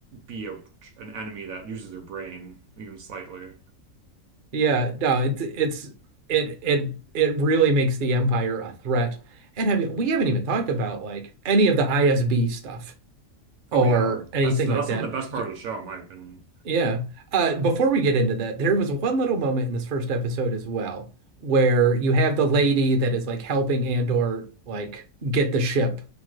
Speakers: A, on the right; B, on the right.
A: be a, an enemy that uses their brain even slightly.
B: Yeah, no, it's it's it it it really makes the Empire a threat. And I mean, we haven't even talked about like any of the ISB stuff. or
A: Oh yeah,
B: anything
A: that's the,
B: like
A: that's
B: that.
A: some of the best
B: Y-
A: part of the show in my opinion.
B: Yeah. Uh, before we get into that, there was one little moment in this first episode as well where you have the lady that is like helping Andor like get the ship.